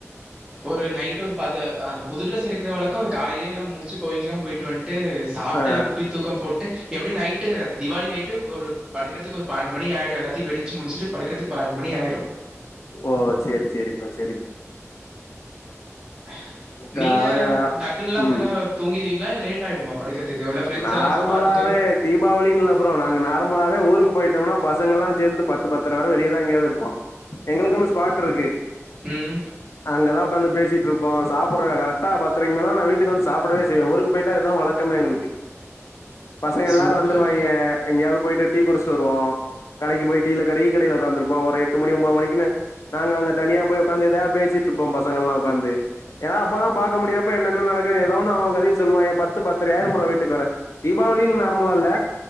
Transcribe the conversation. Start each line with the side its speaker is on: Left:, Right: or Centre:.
Right: ஒரு நைட் ஒரு பத அந்த புதுடிரெஸ் எடுக்கிற வழக்கும் அந்த காலையிலயேல்லாம் முடிச்சு கோயிலுக்குல்லாம் போயிட்டு வந்துட்டு ட்டு சாப்ட்டு
Left: ஆ
Right: எல்லா குட்டி தூக்கம் போட்டு எப்படி நைட்டு அந்த தீவாளி நைட்டுக்கு ஒரு படுக்கறதுக்கு ஒரு பன்னெண்டு மணி ஆய்டும் எல்லாத்தையும் வெடிச்சு முடிச்சுட்டு படுக்கிறதுக்கு பன்னெண்டு மணி ஆய்டும்
Left: ஓ செரி செரிப்பா செரி
Right: <inaudible>
Left: ப்ரோ
Right: நீங்க
Left: நாங்க
Right: டக்குன்னல்லாம்
Left: ம்
Right: தூங்கிருவீங்களா இல்ல லேட் ஆகுமா படுக்கறதுக்கு ப்ரெண்ட்ஸ்
Left: நார்மலாவே
Right: எல்லாம் பாத்துட்டு
Left: தீபாவளின்னு இல்ல ப்ரோ அப்புறம் நாங்க நார்மலாவ ஊர்க்கு போயிட்டோம்னா பசங்கள்ல்லாம் சேந்து பத்து பத்தற வர வெளியதான் எங்கயாவது இருப்போம் எங்களுக்குனு ஸ்பாட் இருக்கு
Right: ம்
Left: அங்கதா உக்காந்து பேசிட்ருப்போ சாப்பட்றதா கரக்ட்டா பத்தரைக்கு மேல தா நா வீட்டுக்கு வந்து சாப்படவே செய்வ ஊருக்கு போய்ட்டா இதுதா வழக்கமே எங்களுக்கு பசங்க எல்லாரு
Right: சூப்பர்
Left: வந்துருவாய்ங்க
Right: ப்ரோ
Left: எங்கயாது போயிட்டு டீ குடிச்சிட்டு வருவோ கடைக்கு போய் டீல கடை டீ கடைல ஒக்காந்துருப்போ ஒரு எட்டு மணி ஒம்போது மணிக்குனு நாங்க அங்க தனியா போய் உக்காந்து எதையாது பேசிட்டுருப்போம் பசங்களா ஒக்காந்து ஏன்னா அப்பதா பாக்க முடியறப்ப என்னன்ன நடக்குது ஏதொன்ன அவன் அவன் கதைய சொல்லுவாய்ங்க பத்து பத்தர ஆயிரு ப்ரோ வீட்க்கு வர தீபாவளின்னு நார்மலா இல்ல